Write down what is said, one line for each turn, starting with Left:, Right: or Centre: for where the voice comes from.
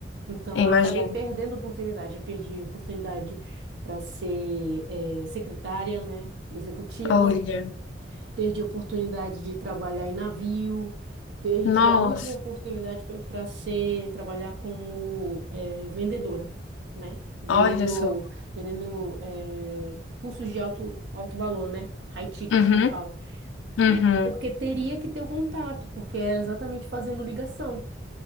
Right: Então
Left: Eu imagino.
Right: eu acabei perdendo oportunidade, eu perdi oportunidade para ser, eh, secretária, né, executiva.
Left: Olha.
Right: Perdi a oportunidade de trabalhar em navio, perdi
Left: Nossa,
Right: a última oportunidade foi para ser trabalhar como eh, vendedora, né? Vendendo,
Left: olha só.
Right: vendendo eh, cursos de alto, alto valor, né? High ticket
Left: Uhum.
Right: que fala.
Left: Uhum.
Right: E porque teria que ter o contato, porque era exatamente fazendo ligação.